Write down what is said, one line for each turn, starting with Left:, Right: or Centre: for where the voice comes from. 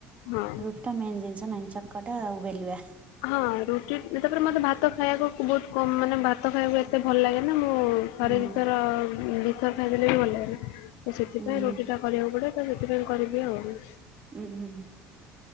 Left: ହଁ।
Right: ରୁଟି ଟା ମେନ୍ ଜିନିଷ ନାଇଁ ଚକଟା ଆଉ ବେଲିବା।
Left: ହଁ ରୁଟି ତାପରେ ମତେ ଭାତ ଖାଇବାକୁ ବୋହୁତ କମ୍ ମାନେ ଭା ତ ଖାଇବାକୁ ଏତେ ଭଲ ଲାଗେନା। ମୁଁ ଥରେ
Right: ହୁଁ
Left: ଦିଥର ଉଁ ଦିଥର ଖାଇଦେଲେ ବି ଭଲ ଲାଗେନି। ତ ସେଥିପାଇଁ
Right: ଉଁ
Left: ରୁଟିଟା କରିବାକୁ ପଡେ ତ ସେଥିପାଇଁ କରିଦିଏ ଆଉ।
Right: ଉୁଁ ହୁଁ ହୁଁ।